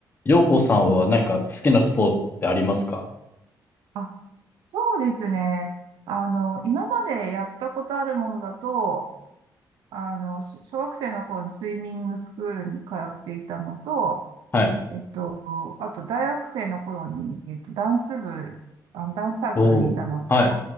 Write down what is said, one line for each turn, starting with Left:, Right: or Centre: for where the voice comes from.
Left: 陽子さんは何か好きなスポーツってありますか
Right: あそうですね。あの、今までやったことあるものだと、あの、し小学生の頃にスイミングスクールに通っていたのと、
Left: はい。
Right: えっと、あと大学生の頃に、えっと、ダンス部、あの、ダンスサークルにいたのと、
Left: おお。はい。